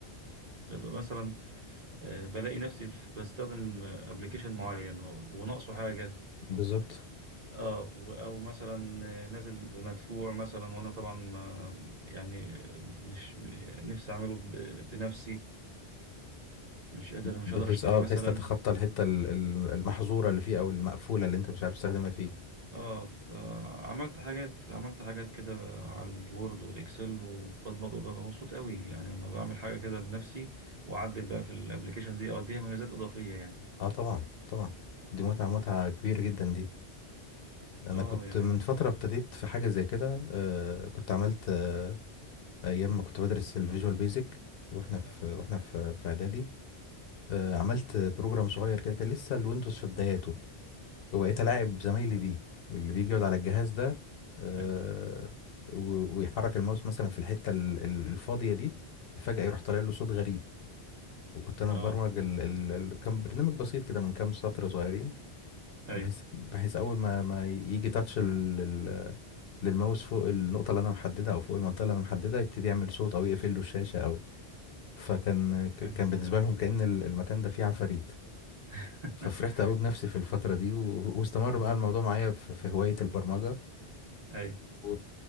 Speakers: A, on the right (about 45°); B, on the left (about 65°).
A: ببقى مثلا آه، بلاقي نفسي في- بستخدم ابلكيشن معين و- وناقصه حاجه
B: بالظبط
A: اه و- او مثلا آه، نازل بمدفوع مثلا وانا طبعا ما- يعني آه، مش نفسي اعمله ب- بنفسي مش قادر مش
B: بحيث
A: قادر اشتريه
B: اه
A: مثلا
B: بحيث تتخطى الحتة ال- ال- المحظورة اللي فيه او المقفولة اللي انت مش عارف تستخدمها فيه
A: اه فعملت حاجات عملت حاجات كده على الوورد والاكسل وببقى ببقى مبسوط قوي يعني لما بعمل حاجه كده بنفسي واعدل بقى في الابلكيشن دي او اديها مميزات اضافيه يعني
B: اه طبعا طبعا دي متعة متعة كبيرة جدا دي انا
A: اه
B: كنت
A: يعني
B: من فترة ابتديت في حاجة زي كده آه كنت عملت آه ايام ما كنت بدرس الفيجوال بيزك واحنا في واحنا في في اعدادي آه عملت بروجرام صغير كده كان لسه الويندوز في بداياته وبقيت ألاعب زمايلي بيه اللي بيجي يقعد على الجهاز ده آه،
A: ايوه
B: و- ويحرك الماوس مثلا في الحتة ال- ال- الفاضية دي فجأة يروح طالع له صوت غريب وكنت أنا
A: اه
B: مبرمج ال... ال... ال... كان برنامج بسيط كده من كام سطر صغيرين
A: ايوه
B: بحيث بحيث أول ما ما يجي تاتش لل... لل- للماوس فوق النقطة اللي أنا محددها أو فوق المنطقة اللي أنا محددها يبتدي يعمل صوت أو يقفل له الشاشة أو فكان ك-
A: ايوه
B: كان بالنسبة لهم كأن ال- المكان ده فيه عفاريت
A: <laughs>
B: ففرحت قوي بنفسي في الفترة دي و... واستمر
A: مم.
B: بقى الموضوع معايا في في هواية البرمجة
A: ايوه
B: و...